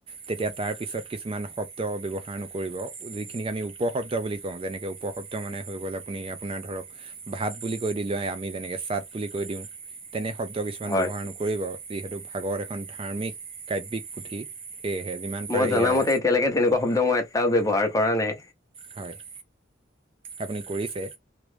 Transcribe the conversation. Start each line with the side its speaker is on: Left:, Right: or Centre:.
Right: তেতিয়া তাৰ পিছত কিছুমান শব্দ ব্যৱহাৰ নকৰিব, যিখিনিক আমি উপশব্দ বুলি কওঁ যেনেকৈ উপশব্দ মানে হৈ গ'ল আপুনি আপোনাৰ ধৰক ভাত বুলি কৈ দিলে আমি যেনেকৈ চাট বুলি কৈ দিওঁ। তেনে শব্দ কিছুমান
Left: হয়
Right: ব্যৱহাৰ নকৰিব, যিহেতু ভাগৱত এখন ধাৰ্মিক কাব্যিক পুথি। সেয়েহে যিমান পাৰে
Left: মই জনামতে
Right: ইয়াৰ
Left: এতিয়ালৈকে তেনেকুৱা শব্দ মই এটাও ব্যৱহাৰ কৰা নাই।
Right: হয়', আপুনি কৰিছে।